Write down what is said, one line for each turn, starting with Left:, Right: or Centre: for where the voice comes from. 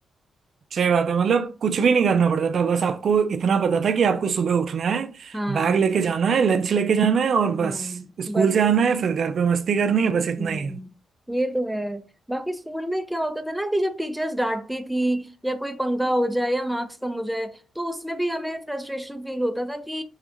Right: सही बात है मतलब कुछ भी नहीं करना पड़ता था बस आपको इतना पता था कि आपको सुबह उठना है
Centre: हाँ
Right: बैग लेके जाना है लंच लेके जाना है और बस
Centre: हम्म,
Right: स्कूल
Centre: बस
Right: से आना है फिर घर पे मस्ती करनी है बस इतना
Centre: हम्म
Right: ही है
Centre: ये तो है बाकी स्कूल में क्या होता था ना कि जब टीचर्स डांटती थी या कोई पंगा हो जाए या मार्क्स कम हो जाए तो उसमें भी हमें फ्रस्ट्रेशन फील होता था कि